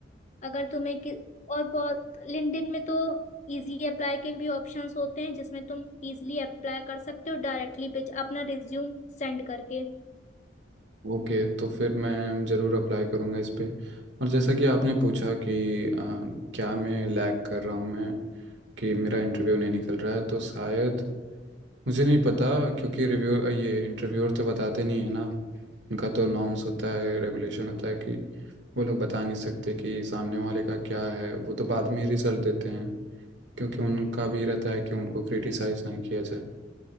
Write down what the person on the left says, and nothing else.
अगर तुम्हें कि... और बहुत लिंक्डइन में तो इजी अप्लाई के भी ऑप्शंस होते हैं जिसमें तुम इजीली अप्लाई कर सकते हो डायरेक्टली अपना रिज्यूम सेंड करके